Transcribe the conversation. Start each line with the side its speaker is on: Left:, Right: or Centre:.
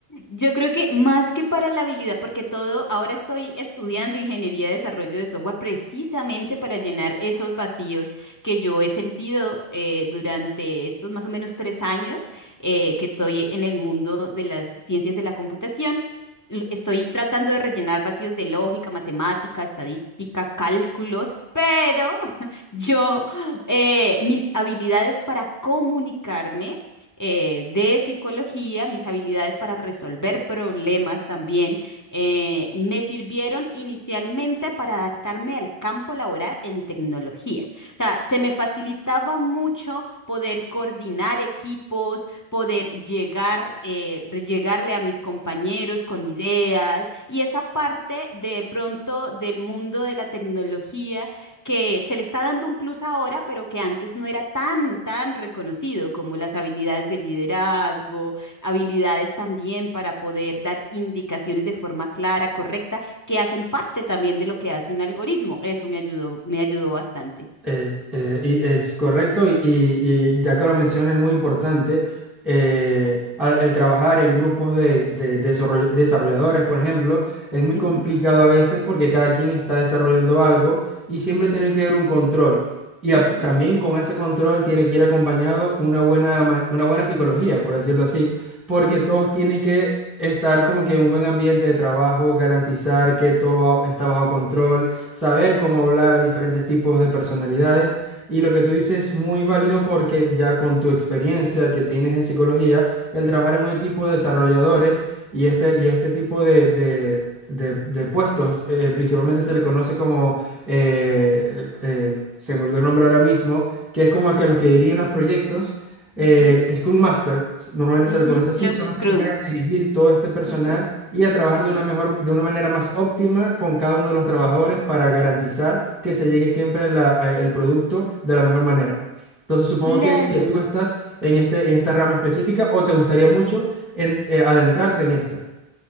Left: Yo creo que más que para la habilidad, porque todo, ahora estoy estudiando ingeniería de desarrollo de software precisamente para llenar esos vacíos que yo he sentido eh, durante estos más o menos tres años eh, que estoy en el mundo de las ciencias de la computación. L- Estoy tratando de rellenar vacíos de lógica, matemática, estadística, cálculos, pero <laughs> yo, eh, mis habilidades para comunicarme eh, de psicología, mis habilidades para resolver problemas también, eh, me sirvieron inicialmente para adaptarme al campo laboral en tecnología. O sea, se me facilitaba mucho poder coordinar equipos, poder llegar, eh, llegarle a mis compañeros con ideas y esa parte de pronto del mundo de la tecnología que se le está dando un plus ahora, pero que antes no era tan, tan reconocido como las habilidades de liderazgo, habilidades también para poder dar indicaciones de forma clara, correcta, que hacen parte también de lo que hace un algoritmo. Eso me ayudó, me ayudó bastante.
Centre: Eh, eh, y es correcto y, y- y ya que lo mencionas es muy importante eh, a- el trabajar en grupos de, de desarroll- desarrolladores, por ejemplo, es muy
Left: Ujú,
Centre: complicado a veces porque cada quien está desarrollando algo y siempre tiene que haber un control. Y
Left: ujú,
Centre: ap- también con ese control tiene que ir acompañado una buena, ma- una buena psicología, por decirlo así, porque
Left: ujú,
Centre: todos tienen que estar como que en un buen ambiente de trabajo, garantizar que todo va- está bajo control saber cómo hablar a diferentes tipos de personalidades. Y lo que tú dices es muy válido porque ya con tu experiencia que tienes en psicología, el trabajar en un equipo de desarrolladores y este, y este tipo de, de- de- de puestos, eh, principalmente
Left: ujú,
Centre: se le conoce como, eh, eh, se me olvidó el nombre ahora mismo, que es como que los que dirigen los proyectos eh,
Left: ujú,
Centre: Scrum Master, normalmente
Left: ujú.
Centre: se le conoce así,
Left: Los
Centre: son los
Left: Scrum.
Centre: que se encargan de dirigir todo este personal
Left: Ujú,
Centre: y a trabajar de una
Left: sí.
Centre: mejor, de una manera más óptima con cada uno de los trabajadores para garantizar que se llegue siempre la- eh, el producto de la mejor manera. Entonces supongo
Left: Claro.
Centre: que, que tú estás en este, en esta rama específica o te gustaría mucho en- eh, adentrarte en esta.